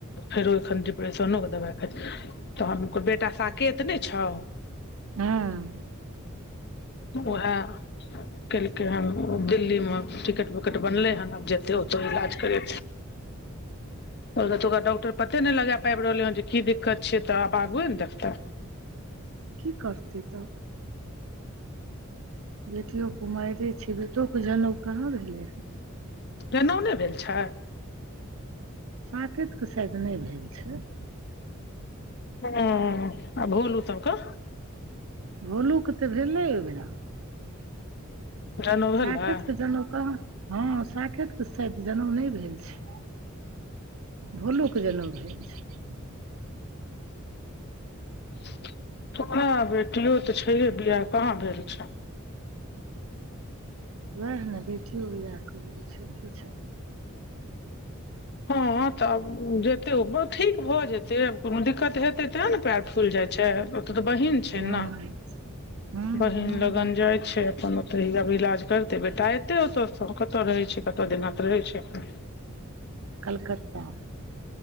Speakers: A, on the left; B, on the right.
A: फेरो एखन डिप्रेशनो के दबाइ खाइ छै तहनो बेटा साकत ने छौ
B: हँ
A: उएह केलकै हन दिल्ली मे टिकट ट बनले हन आब जेते ओतो इलाज करे त ओकरा डॉक्टर पते नय लगा पाबि रहले हैं जे की दिक्कत छिय तऽ आब आगुए ने देखते
B: की करते तऽ बेटियो कुमारे छै बेटोके जनउ कहाँ भेलै हे
A: जनेउ न भेल छै
B: साकतके शायद नय भेल छै
A: ह आ भोलु सब कऽ
B: भोलू के तऽ भेलै ओइ बेरा
A: जनउ भेलै
B: साकतके जनउ कहाँ हँ साकतके शायद जनउ नय भेल छै भोलु के जनाउ भेल छै
A: <inaudible> ओकरा बेटियो तऽ छैहे बिआह कहाँ भेल छौ
B: वएह ने बेटियो बिआह करैके छै
A: हँ तब जेतै ओ ठीक भऽ जेतै कोनो दिक्कत हेतै ते ने पैर फूल जाय छै ओते तऽ बहीन छै
B: हूँ
A: न
B: हूँ
A: बहिन
B: हूँ
A: लगन जाय छै अपन तऽब इलाज करतै बेटा एतै ओतयसँ कतय रहै छै कतय दना त रहै छै
B: कलकत्ता